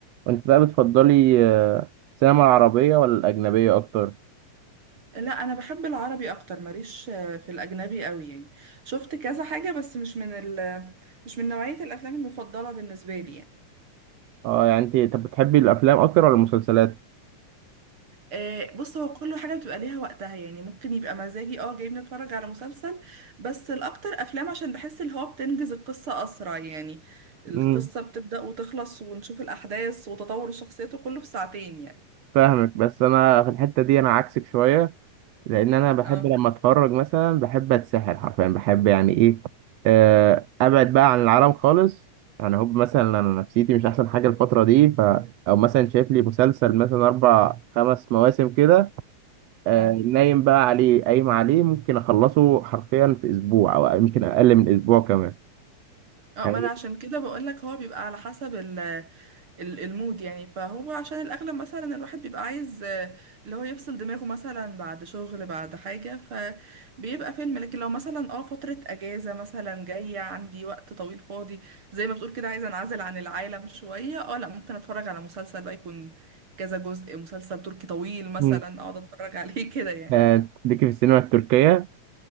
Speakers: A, on the right; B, on the right.
A: وانت بقى بتفضلي آه، السينما العربية ولا الأجنبية أكتر؟
B: لا انا بحب العربي اكتر ماليش آه، في الاجنبي قوي يعني شفت كذا حاجه بس مش من ال مش من نوعيه الافلام المفضله بالنسبه لي يعني
A: اه يعني انت طب بتحبي الأفلام أكتر ولا المسلسلات؟
B: آه، بص هو كل حاجه بتبقى ليها وقتها يعني ممكن يبقى مزاجي اه جايبني اتفرج على مسلسل بس الاكتر افلام عشان بحس اللي هو بتنجز القصه اسرع يعني القصه
A: امم
B: بتبدا وتخلص ونشوف الاحداث وتطور الشخصيات وكله في ساعتين يعني
A: فاهمك بس أنا في الحتة دي أنا عكسك شوية لأن أنا بحب
B: اه
A: لما أتفرج مثلا بحب أتسحل حرفيا بحب يعني إيه آه، أبعد بقى عن العالم خالص يعني هو مثلا أنا نفسيتي مش أحسن حاجة الفترة دي ف أو مثلا شايف لي مسلسل مثلا أربع خمس مواسم كده آه،
B: اه
A: نايم بقى عليه قايم عليه ممكن أخلصه حرفيا في أسبوع أو يمكن أقل من أسبوع كمان
B: اه
A: يعني
B: ما انا عشان كده بقول لك هو بيبقى على حسب ال- المود يعني فهو عشان الأغلب مثلا الواحد بيبقى عايز آه، اللي هو يفصل دماغه مثلا بعد شغل بعد حاجة فبيبقى فيلم لكن لو مثلا اه فترة أجازة مثلا جاية عندي وقت طويل فاضي زي ما بتقول كده عايزة أنعزل عن العالم شوية اه لا ممكن أتفرج على مسلسل بقى يكون كذا جزء مسلسل تركي طويل مثلا
A: مم.
B: أقعد أتفرج عليه <laughs> كده يعني
A: آه، ليكي في السينما التركية